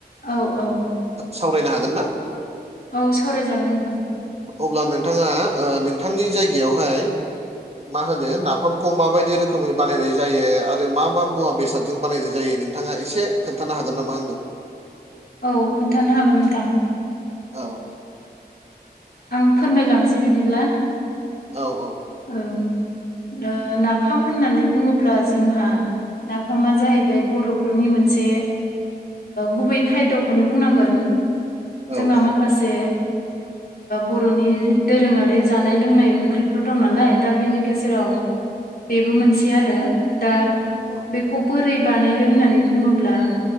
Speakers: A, on the left; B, on the right.
A: औ औ
B: सावरायनो हागोन ना
A: औ सावराय जागोन नोंथां
B: अब्ला नोंथाङा नोंथांनि जायगायावहाय मा होनो नाफामखौ माबायदि रोखोमै बानायनाय जायो आरो मा मा मुवा बेसादजों बानायनाय जायो नों नोंथाङा एसे खोन्थानो हागोन नामा आंदों
A: औ खोन्थानो हागोन नोंथां
B: औ औ
A: आं फोरमायलांसै बिदिब्ला
B: औ औ
A: ओं नाफाम होननानै बुङोब्ला जोंहा नाफामा जाहैबाय बर'फोरनि मोनसे गुबै खायद'खौनो बुंनांगोन
B: औ
A: जोंहा माखासे
B: औ
A: बर'नि दोरोङारि जानाय लोंनाय ओंख्रिफोर दं नालाय दा बेनि गेजेराव बेबो मोनसे आरो दा
B: औ
A: बेखौ बोरै बानायो होननानै बुङोब्ला